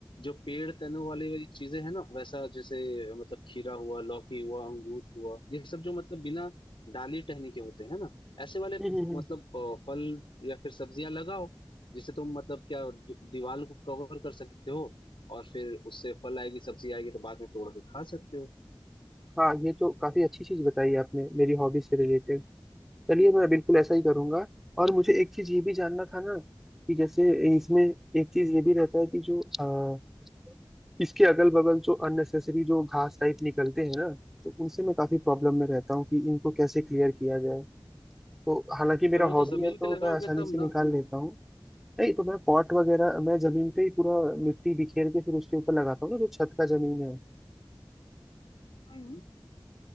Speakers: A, on the left; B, in the centre.
A: जो पेड़ तनों वाली वाली चीजें है ना वैसा जैसे अ, मतलब खीरा हुआ लौकी हुआ अंगूर हुआ ये सब जो मतलब बिना डाली टहनी के होते हैं ना ऐसे वाले
B: हम्म हम्म, हम्म।
A: मतलब अ, फल या फिर सब्जियां लगाओ जिससे तुम मतलब क्या दीवार को कवर कर सकते हो और फिर उससे फल आएगी सब्जी आएगी तो बाद में तोड़ के खा सकते हो
B: हाँ ये तो काफी अच्छी चीज बताई आपने मेरी हॉबी से रिलेटेड चलिए मैं बिल्कुल ऐसा ही करूंगा और मुझे एक चीज ये भी जानना था ना कि जैसे इसमें एक चीज ये भी रहता है कि जो अ, इसके अगल बगल जो अननेसेसरी जो घास टाइप निकलते हैं ना तो उनसे मैं काफी प्रॉब्लम में रहता हूँ कि इनको कैसे क्लियर किया जाए तो हालांकि मेरा
A: पर वो
B: हॉबी
A: तो जमीन
B: है
A: पे
B: तो
A: लगाओगे
B: मैं आसानी
A: तब
B: से निकाल
A: ना
B: लेता हूँ नहीं तो मैं पॉट वगैरह मैं जमीन पे ही पूरा मिट्टी बिखेर के फिर उसके ऊपर लगाता हूँ ना जो छत का जमीन है
A: हम्म।